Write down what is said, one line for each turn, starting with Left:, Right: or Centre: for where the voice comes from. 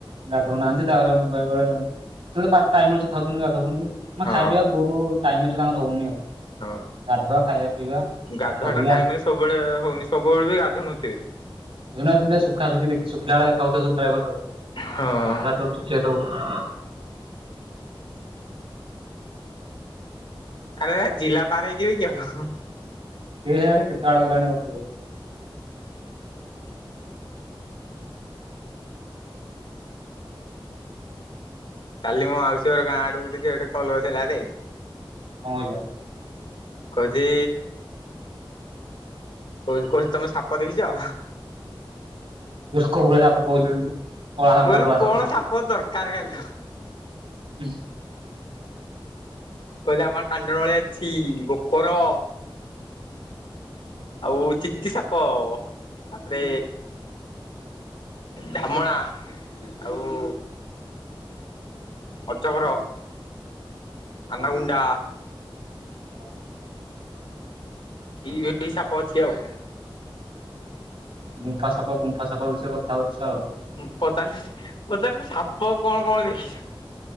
Right: ଗାଧଉନାହାନ୍ତି ତାପରେ ବେଳେ ବେଳେ ଯେତେବେଳତାର ଟାଇମ ମିଳୁଛି ଖାଉଛନ୍ତି ଗାଧଉଛନ୍ତି। ମାନେ
Left: ହଁ
Right: ଖାଇବା ପିଇବା ବହୁତ ଟାଇମରେ ତାଙ୍କର ହଉନି ଆଉ।
Left: ହଁ।
Right: ଗାଧୁଆ ଖାଇବା ପିଇବା।
Left: ଗାଧୁଆ
Right: ଜଗିବା
Left: ଟା ଟାଇମ ରେ ସବୁବେଳେ ହଉନି ସବୁବେଳେ ବି ଗାଧୁଉ ନଥିବେ।
Right: <inaudible> ଶୁଖା ଶୁଖି ଶୁଖିଲା ଭଳିଆ ଦେଖାଯାଉଥିବ ସବୁ ଡ୍ରାଇଭର ତାକୁ
Left: ହଁ
Right: ହାତ ଗୋଡ଼ ଶୁଖିଯାଇଥିବ ବହୁତ୍
Left: ଆରେ ଜିଲ୍ଲା ପାର ହେଇ ଯିବି କି ଆଉ।
Right: କି ଜାଣି କେତେ ବାଟ ଗଲାଣି ଓପିଓ।
Left: କାଲି ମୋ ମାଉସି ହର ଗାଁ ଆଡୁ ଗୁଟେ ଝିଅ କଲ୍ କରିଥିଲା ରେ।
Right: କଣ କହିଲ?
Left: କହୁଛି କହୁଚି କହୁଚି ତମେ ସାପ ଦେଖିଛ?
Right: କୋଭଳିଆ ସାପ କହିଲୁନି କଳା ସାପ
Left: ମୁଁ କହିଲି
Right: ନ ଧଳା
Left: କଣ
Right: ସାପ?
Left: ଦରକାର କାଲି
Right: କି୍ <unintelligible>
Left: କହିଲି ଆମର କାଣ୍ଡନଳିଆ ଅଛି ଗୋଖର। ଆଉ ଚିତି ସାପ ତାପରେ ଧାମଣା ଆଉ ଅଜଗର ଆନାଗୁଣ୍ଡା
Right: ହ
Left: ଇଏ ଏଇ ସାପ ଅଛି ଆଉ।
Right: ଗୁମ୍ଫା ସାପ ଗୁମ୍ଫା ସାପ ବିଷୟରେ କଥା ହଉଛ?
Left: ହୁଁ, ପଚାରିଛିଚି ପଚାରୁଚି ସାପ କଣ କଣ ଦେଖିଛ।